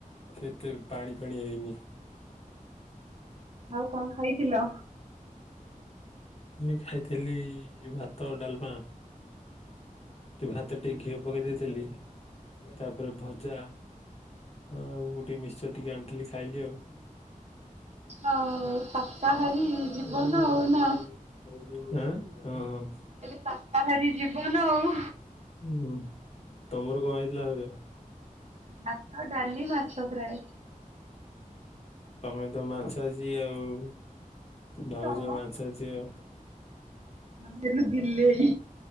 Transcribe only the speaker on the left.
ସେତେ ପାଣି ଫାଣି ହେଇନି।
ଏ ଖାଇଥିଲି ଭାତ ଡାଲମା। ଭାତ ଟିକେ ପକେଇଦେଇଥିଲି ତା ପରେ ଭଜା। ଆଉ ଗୋଟେ ମିଶ୍ଚର ଟିକେ ଆଣିଥିଲି ଖାଇଲି ଆଉ।
ଆ ତ।
<unintelligible>
ଆଁ
ହଁ ହଁ।
ହୁଁ ତମର କଣ ଏଇଥିଲା ଅଵିକା।
ତମେ ତ ମାଛା ଝି ଆଉ ଭାଉଜ
ମାଂସା ଝିଅ ଆଉ।
<inaudible>
ହଁ